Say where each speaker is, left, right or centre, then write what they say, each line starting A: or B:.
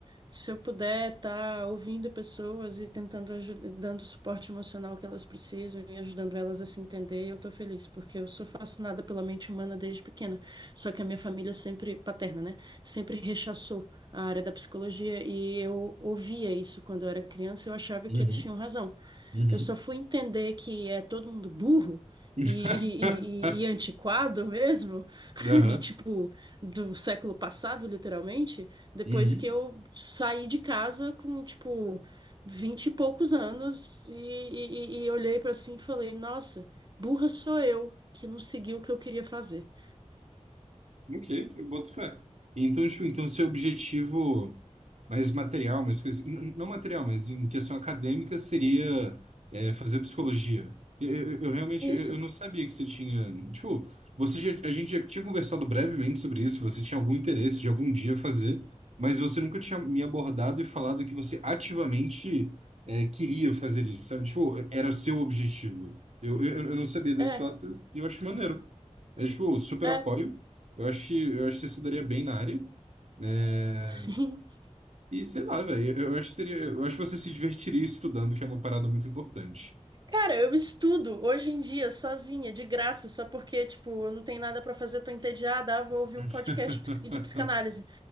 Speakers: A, on the right (about 35°); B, on the right (about 65°).
A: se eu puder estar ouvindo pessoas e tentando aju- dando o suporte emocional que elas precisam e ajudando elas a se entender, eu tô feliz, porque eu sou fascinada pela mente humana desde pequena. Só que a minha família sempre paterna, né, sempre rechaçou a área da psicologia e eu ouvia isso quando eu era criança, eu achava
B: Uhum.
A: que eles tinham razão.
B: Uhum.
A: Eu só fui entender que é todo mundo burro
B: <laughs>
A: e, e, e, e antiquado mesmo, <laughs>
B: Aham.
A: de tipo do século passado, literalmente, depois
B: Uhum.
A: que eu saí de casa com tipo vinte e poucos anos e, e, e e olhei pra assim e falei, nossa, burra sou eu que não segui o que eu queria fazer. <laughs>
B: Ok, eu boto fé. Então, tipo, então seu objetivo mais material, mais coisa, n- não material, mas em questão acadêmica seria é, fazer psicologia. Eu, eu- eu realmente
A: Isso,
B: eu eu não sabia que você tinha, tipo, você já- a gente já tinha conversado brevemente sobre isso, que você tinha algum interesse de algum dia fazer, mas você nunca tinha me abordado e falado que você ativamente é, queria fazer isso, sabe? Tipo, era o seu objetivo. Eu, eu, eu não sabia desse
A: é,
B: fato e eu acho maneiro. É, tipo, super
A: é,
B: apoio. Eu acho que, eu acho que você se daria bem na área, né?
A: <laughs> sim.
B: E sei lá, velho, eu, eu acho que seria, eu acho que você se divertiria estudando, que é uma parada muito importante.
A: Cara, eu estudo hoje em dia sozinha, de graça, só porque, tipo, eu não tenho nada pra fazer, tô entediada, ah, vou ouvir
B: <laughs>
A: um podcast de ps- de psicanálise.